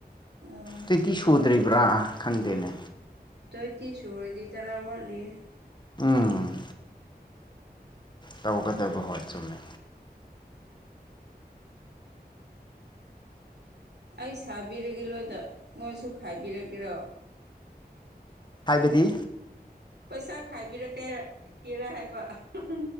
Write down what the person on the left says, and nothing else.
ꯇꯋꯦꯟꯇꯤ ꯁꯨꯗ꯭ꯔꯤꯕ꯭ꯔꯥ ꯈꯪꯗꯦꯅꯦ
ꯎꯝ ꯇꯧꯒꯗꯕ ꯍꯣꯏ ꯆꯨꯝꯃꯦ
ꯍꯥꯏꯕꯗꯤ